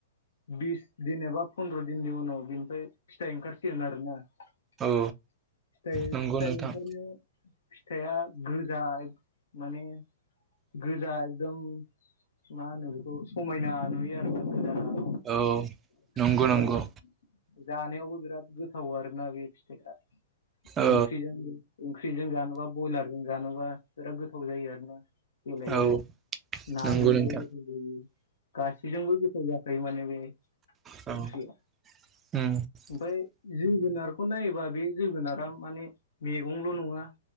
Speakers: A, on the left; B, on the right.
A: बिस दिन एबा फन्द्र' दिननि उनाव बिनिफ्राय फिथाइ ओंखारसिगोन आरोना फिथाय
B: औ नंगौ
A: फिथाय
B: नोंथां
A: ओंखारनायाव फिथाइआ गोजा माने गोजा एकदम मा होनो बेखौ समायना नुयो आरोना गोजाना
B: औ
A: ओमफ्राय
B: नंगौ नंगौ
A: जानायावबो बिराद गोथाव आरोना बे फिथाइआ
B: औ
A: ओंख्रिजों ओंख्रिजों जानोबा ब्रयलारजों जानोबा बिराद गोथाव जायो आरो ना गेलेैया
B: औ
A: नाजोंबो
B: नंगौ नोंथां
A: गोथयो गाससिबो बेजोंबो गोथाव जाखायो माने बे
B: औ
A: ओंख्रिया ओमफ्राय जोगोनारखौ नायोबा बे जोगोनारा माने मैगंल' नङा